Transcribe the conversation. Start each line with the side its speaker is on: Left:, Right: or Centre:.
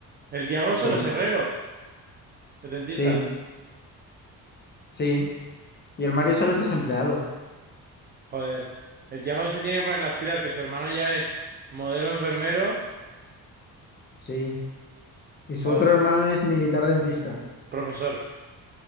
Right: El Tiago
Left: sí.
Right: solo es herrero, de dentista.
Left: Sí, sí. Y el Mario solo es desempleado.
Right: Joder. El Tiago se tiene que poner las pilas, que su hermano ya es modelo enfermero.
Left: Sí. Y
Right: Joder.
Left: su otro hermano es militar dentista.
Right: Profesor.